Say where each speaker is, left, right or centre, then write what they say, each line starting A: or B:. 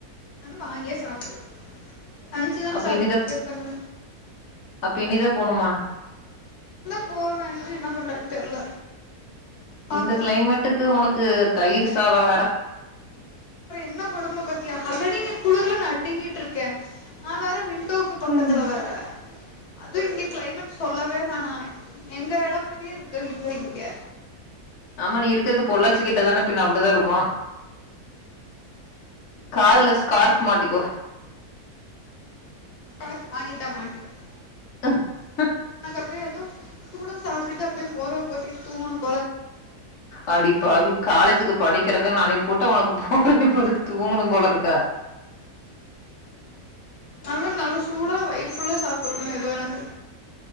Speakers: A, on the left (about 75°); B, on the left (about 55°).
A: நானு வாங்கியே சாப்புல்ல லன்ச்சுதான
B: அப்ப
A: சாப்ட்டுட்ருக்கே
B: இன்னிதா
A: உக்காந்து
B: அப்ப இன்னிதாப் போணும்மா
A: போ வேனுங்னா என்ன பண்றதுன் தெர்ல பாப்போ
B: இந்தக் கிளைமேட்டுக் க்கு உனக்கு தயிர் சாதோ வேற
A: என்னா கொடும்ப பாத்தியா ஆல்ரெடி இங்க குளுர்ல நடுங்கிட்டுருக்கே நா வேறே விண்டோக்கு பக்கத்துல
B: ம்
A: வேற அது இங்க கிளைமேட் சொல்லவே மானாய் எங்க எடம் மாரியே இருக் க்க இல்லேங்கெ
B: ஆமா நீ இருக்கிற்து பொள்ளாச்சி கிட்ட தானே பின்ன அப்படிதான் இருக்கோ காதலஸ் கார்ப் மாட்டிக்கோஹ்
A: டாட் வாங்கிட்ட மாட்டிகிற்
B: <inaudible>
A: <unintelligible> எதூ சூட சாப்ட்டுடு அப்புடே போற்வ போத்திட் தூங்குணும்
B: அடிப்பாவி காலேஜு து படிக்கிறக்குன்னு அனிப்பூட்டா உனக்கு போர்வை போத்துட்டு தூங்குணும் போலருக்கா
A: அதுலாநல்லா சூடா வயிறுஃபுல்லெ சாப்புர்ணு எதூ எனக்கு